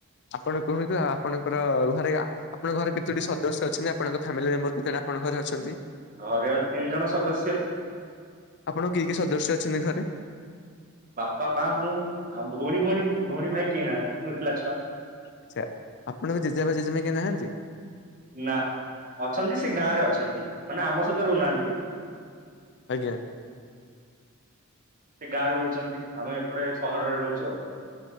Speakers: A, on the left; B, on the right.
A: ଆପଣ କହନ୍ତୁ? ଆପଣଙ୍କର ଘରେ ଆପଣଙ୍କ ଘରେ କେତୋଟି ସଦସ୍ୟ ଅଛନ୍ତି ଆପଣଙ୍କ ଫ୍ୟାମିଲି ମେମ୍ବର କେତେଟା ଆପଣଙ୍କ ଘରେ ଅଛନ୍ତି?
B: ଘରେ ଆଉ ତିନି ଜଣ ସଦସ୍ୟ।
A: ଆପଣ କିଏ କିଏ ସଦସ୍ୟ ଅଛନ୍ତି ଘରେ?
B: ବାପା ମା ମୁଁ ଆଉ ଭଉଣୀ ଭଉଣୀ ଭଉଣୀ ଭାଇ କେହିନାହାନ୍ତି ମୁଁ ଏକଲା ଛୁଆ
A: ଆଛା ଆପଣଙ୍କ ଜେଜେ ବାପା ଜେଜେମା କେହି ନାହାନ୍ତି?
B: ନା ଅଛନ୍ତି ସେ ଗାଁ ରେ ଅଛନ୍ତି ମାନେ ଆମ ସହିତ ରହୁନାହାନ୍ତି।
A: ଆଜ୍ଞା।
B: ସେ ଗାଁରେ ରହୁଛନ୍ତି ଆମେ ଏପଟେ ସହରରେ ରହୁଛୁ ଆଉ।